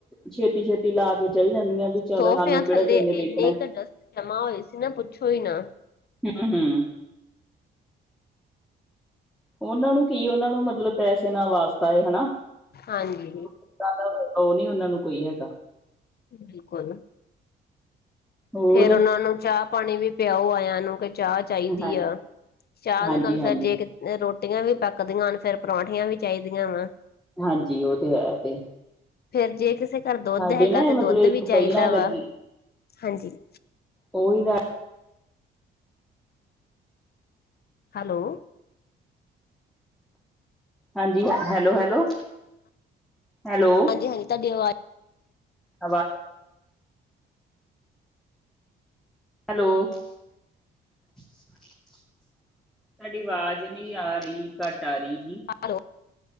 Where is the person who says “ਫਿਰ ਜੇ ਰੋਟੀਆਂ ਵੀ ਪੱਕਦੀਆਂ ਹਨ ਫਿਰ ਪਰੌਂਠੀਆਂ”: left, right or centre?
Left